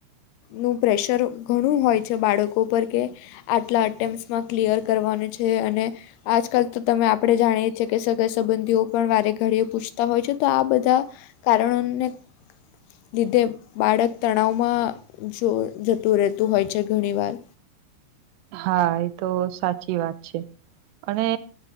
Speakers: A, on the left (about 75°); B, on the right (about 80°).
A: નું પ્રેશર ઘણું હોય છે બાળકો પર કે આટલા અટેમ્પ્સમાં ક્લિયર કરવાની છે અને આજકાલ તો તમે આપડે જાણીએ છીએ કે સગા સંબંધીઓ પણ વારે ઘડીએ પૂછતા હોય છે તો આ બધા કારણોને લીધે બાળક તણાવમાં જો જતું રહેતું હોય છે ઘણીવાર.
B: હા એ તો સાચી વાત છે અને